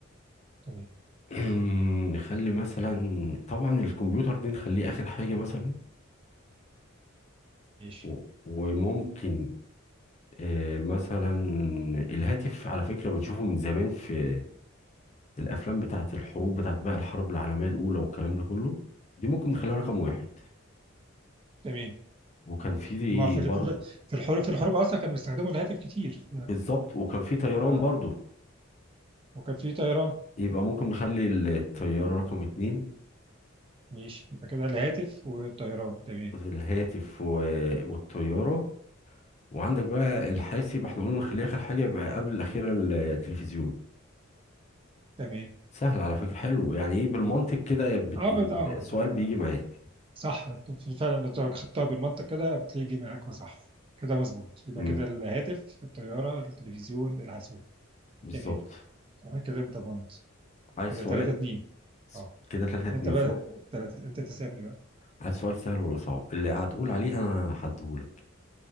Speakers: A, on the right; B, on the left.
A: تمام
B: <clears throat> نخلي مثلا طبعا الكمبيوتر دي نخليه آخر حاجة مثلا
A: ماشي
B: و- وممكن آه مثلا الهاتف على فكرة بنشوفه من زمان في الأفلام بتاعت الحروب بتاعت بقى الحرب العالمية الأولى والكلام ده كله دي ممكن نخليها رقم واحد
A: تمام
B: وكان في
A: هما في
B: برضه
A: ال- في ال- في الحروب في الحروب أصلا كانوا بيستخدموا الهاتف كتير
B: بالظبط وكان في طيران
A: ف-
B: برضه
A: وكان في طيران
B: يبقى ممكن نخلي الطيارة رقم اتنين
A: ماشي يبقى كده الهاتف والطيران تمام
B: الهاتف و... والطيارة وعندك بقى الحاسب احنا قلنا نخليه آخر حاجة يبقى قبل الأخيرة التلفزيون
A: تمام
B: سهل على فكرة حلو يعني ايه بالمنطق كده يا بت...
A: اه
B: السؤال
A: بت- اه صح
B: بيجي معاك
A: صح. أنت فعلا لو خدتها بالمنطق كده بتلاقي جه معاك وصح كده مظبوط يبقى
B: امم
A: كده الهاتف الطيارة التلفزيون الحاسوب
B: بالظبط
A: تمام آه كده انت بونت
B: عايز
A: كده
B: سؤال
A: 3 2
B: س-
A: اه
B: كده تلاتة اتنين
A: انت بقى
B: صح؟
A: 3 انت تسألني بقى
B: عايز سؤال سهل ولا صعب؟ اللي هتقول عليه أنا هديهولك